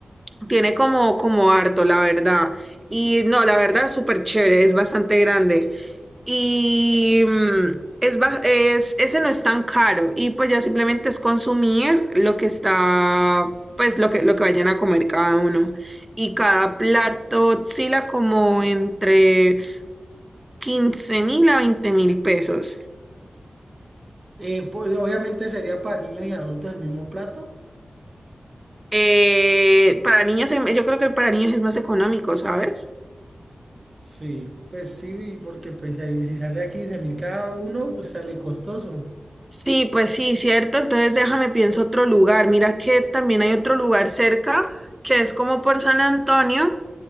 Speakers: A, on the right; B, on the right.
A: tiene como, como harto, la verdad. Y no, la verdad, súper chévere, es bastante grande. Y mm, es, ba- es, ese no es tan caro. Y pues ya simplemente es consumir lo que está, pues lo que, lo que vayan a comer cada uno. Y cada plato oscila como entre quince mil a veinte mil pesos.
B: Eh, pues, obviamente sería para niños y adultos el mismo plato.
A: Eh, para niños, em- yo creo que para niños es más económico, ¿sabes?
B: Sí, pues sí, porque pues ahí si sale a 15 mil cada uno, pues sale costoso.
A: Sí, pues sí, cierto. Entonces déjame pienso otro lugar. Mira que también hay otro lugar cerca que es como por San Antonio,